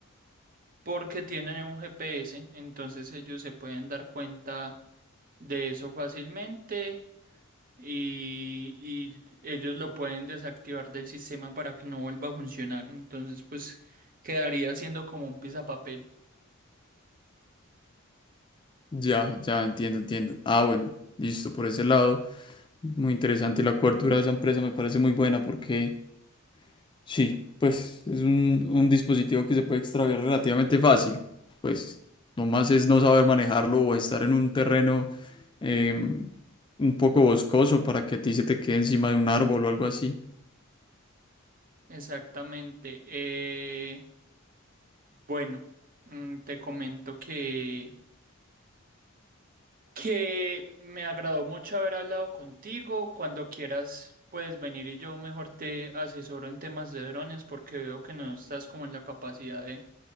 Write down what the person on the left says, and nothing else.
Ya, ya, entiendo, entiendo. Ah, bueno, listo, por ese lado. Muy interesante. La cobertura de esa empresa me parece muy buena porque... Sí, pues es un, un dispositivo que se puede extraviar relativamente fácil. Pues nomás es no saber manejarlo o estar en un terreno em, un poco boscoso para que a ti se te quede encima de un árbol o algo así.